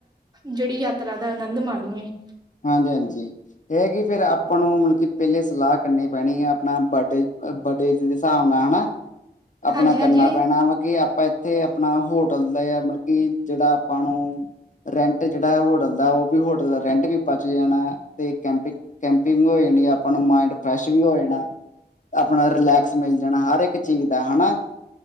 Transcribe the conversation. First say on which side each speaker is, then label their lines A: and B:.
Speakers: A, on the right; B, on the left.
A: ਜਿਹੜੀ ਯਾਤਰਾ ਦਾ ਆਨੰਦ ਮਾਣ ਣੀਏ <unintelligible>
B: ਹਾਂਜੀ-ਹਾਂਜੀ ਫੇਰ ਕਿ ਆਪਾਂ ਨੂੰ ਮਤਲਬ ਕਿ ਪਹਿਲੇ ਸਲਾਹ ਕਰਨੀ ਪੈਣੀ ਆ ਆਪਣਾ ਬਡੇ-ਬਡੇ ਦੇ ਹਿਸਾਬ ਨਾਲ ਹਨਾ, ਆਪਣਾ
A: ਹਾਂਜੀ ਹਾਂਜੀ
B: ਕਰਨਾ ਪੈਣਾ ਵਾ ਕਿ ਆਪਾਂ <unintelligible> ਇੱਥੇ ਆਪਣਾ ਹੋਟਲ ਦਾ ਮਤਲਬ ਕੀ ਜਿਹੜਾ ਆਪਾਂ ਨੂੰ ਰੈਂਟ ਜਿਹੜਾ ਹੋਟਲ ਦਾ ਉਹ ਵੀ ਹੋਟਲ ਦਾ ਰੈਂਟ ਵੀ ਬਚ ਜਾਣਾ ਤੇ ਕੈਂਪਿੰਗ ਵੀ ਹੋ ਜਾਣੀ ਆਪਾ ਨੂ ਮਾਈੰਡ ਫਰੈਸ਼ ਵੀ ਹੋ ਜਾਣਾ ਆਪਣਾ ਰਿਲੈਕਸ ਮਿਲ ਜਾਣਾ ਹਰ ਇੱਕ ਚੀਜ਼ ਦਾ ਹਨਾ